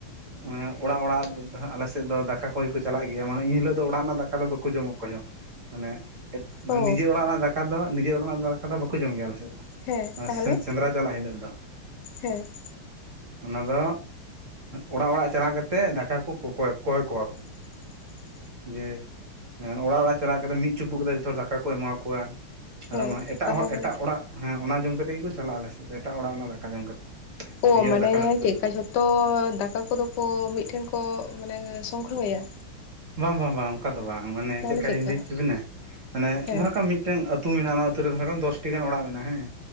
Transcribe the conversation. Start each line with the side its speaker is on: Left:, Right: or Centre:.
Right: ᱚᱲᱟᱜ ᱚᱲᱟᱜ ᱟᱞᱮ ᱥᱮᱫ ᱫᱚ ᱫᱟᱠᱟ ᱠᱚᱭ ᱠᱚ ᱪᱟᱞᱟᱜ ᱜᱮᱭᱟ ᱢᱟᱱᱮ ᱤᱱᱦᱤᱞᱳᱜ ᱫᱚ ᱚᱲᱟᱜ ᱨᱮᱱᱟᱜ ᱫᱟᱠᱟ ᱫᱚ ᱵᱟᱠᱚ ᱡᱚᱢᱟ ᱚᱠᱚᱭ ᱦᱚᱸ ᱢᱟᱱᱮ <unintelligible>
Left: ᱚ
Right: ᱢᱟᱱᱮ ᱱᱤᱡᱮᱨ ᱚᱲᱟᱜ ᱨᱮᱱᱟᱜ ᱫᱟᱠᱟ ᱫᱚ ᱱᱤᱡᱮᱨ ᱚᱲᱟᱜ ᱨᱮᱱᱟᱜ ᱫᱟᱠᱟ ᱫᱚ ᱵᱟᱠᱚ ᱡᱚᱢ ᱜᱮᱭᱟ ᱟᱞᱮᱥᱮᱫ ᱫᱚ
Left: ᱦᱮᱸ
Right: <unintelligible>
Left: ᱛᱟᱦᱚᱞᱮ
Right: ᱥᱮᱸᱫᱽᱨᱟ ᱪᱟᱞᱟᱜ ᱦᱤᱞᱚᱜ ᱫᱚ
Left: ᱦᱮᱸ᱾
Right: ᱚᱱᱟ ᱫᱚ ᱚᱲᱟᱜ ᱚᱲᱟᱜ ᱪᱟᱞᱟᱣ ᱠᱟᱛᱮᱫ ᱫᱟᱠᱟ ᱠᱚ ᱠᱚᱭ <unintelligible> ᱠᱚᱣᱟ ᱠᱚ᱾
Left: <unintelligible>
Right: ᱡᱮ ᱚᱲᱟᱜ ᱚᱲᱟᱜ ᱪᱟᱞᱟᱣ ᱠᱟᱛᱮᱫ ᱢᱤᱫ ᱪᱩᱯᱩᱫ ᱠᱟᱛᱮᱫ ᱡᱚᱛᱚ ᱦᱚᱲ ᱫᱟᱠᱟ ᱠᱚ ᱮᱢᱟ ᱠᱚᱣᱟ᱾ ᱟᱫᱚ
Left: ᱦᱮᱸ
Right: ᱚᱱᱟ ᱮᱴᱟᱜ
Left: ᱛᱟᱦᱚᱞᱮ
Right: ᱦᱚᱲ ᱮᱴᱟᱜ ᱚᱲᱟᱜ ᱦᱮᱸ ᱚᱱᱟ ᱡᱚᱢ ᱠᱟᱛᱮᱫ ᱜᱮᱠᱚ ᱪᱟᱞᱟᱜᱼᱟ ᱟᱞᱮ ᱥᱮᱫ ᱫᱚ ᱮᱴᱟᱜ ᱚᱲᱟᱜᱱᱨᱮᱱᱟᱜ ᱫᱟᱠᱟ ᱡᱚᱢ ᱠᱟᱛᱮᱫ᱾
Left: <unintelligible>
Right: ᱱᱤᱡᱮᱨᱟᱜ
Left: ᱢᱟᱱᱮ
Right: ᱫᱟᱠᱟ ᱫᱚ ᱵᱟᱠᱚ
Left: ᱪᱮᱫ
Right: ᱡᱚᱢᱟ
Left: ᱞᱮᱠᱟ ᱡᱷᱚᱛᱚ ᱫᱟᱠᱟ ᱠᱚᱫᱚ ᱠᱚ ᱢᱤᱫᱴᱷᱮᱱ ᱠᱚ ᱢᱟᱱᱮ ᱥᱚᱝᱜᱨᱚᱦᱚᱭᱟ
Right: ᱵᱟᱝ ᱵᱟᱝ ᱵᱟᱝ ᱚᱱᱠᱟ ᱫᱚ ᱵᱟᱝ ᱢᱟᱱᱮ
Left: ᱛᱟᱦᱚᱞᱮ
Right: ᱪᱮᱫ ᱞᱮᱠᱟ
Left: ᱪᱮᱫᱠᱟ
Right: ᱞᱤᱧ ᱞᱟᱹᱭ ᱚᱪᱚ ᱵᱤᱱᱟ ᱢᱟᱱᱮ
Left: ᱦᱮᱸ
Right: ᱡᱟᱦᱟᱸ ᱞᱮᱠᱟ ᱢᱤᱫᱴᱟᱝ ᱟᱹᱛᱩ ᱟᱹᱛᱩ ᱢᱮᱱᱟᱜᱼᱟ ᱚᱱᱟ ᱟᱹᱛᱩ ᱨᱮ <unintelligible> ᱫᱚᱥᱴᱤ ᱜᱟᱱ ᱚᱲᱟᱜ ᱢᱮᱱᱟᱜᱼᱟ ᱦᱮᱸ